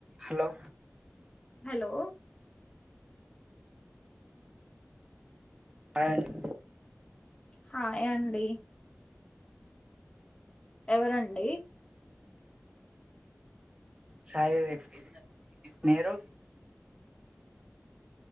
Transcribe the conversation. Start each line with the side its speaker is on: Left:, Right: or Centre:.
Right: Hello
Left: hello
Right: hi అండి
Left: hi అండి ఎవరండి
Right: సాయివివేక్ మీరు